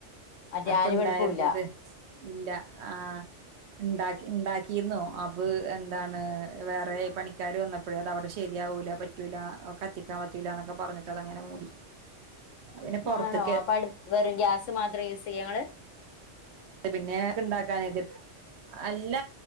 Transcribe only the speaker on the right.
അടുപ്പുണ്ടായിരുന്നത്
ഇല്ല. ആഹ് ഉണ്ടാക്കി ഉണ്ടാക്കിയിന്നു, അത് എന്താണ് വേറെ പണിക്കാര് വന്നപ്പ അപ്പഴ അത് അവിടെ ശരിയാവൂല പറ്റൂല, കത്തിക്കാൻ പറ്റൂല. ന്നൊക്കെ പറഞ്ഞിട്ട് അതങ്ങനെ മൂടി. പിന്നെ പുറത്തേക്ക്
പിന്നെ ഉണ്ടാക്കാനത് അല്ല.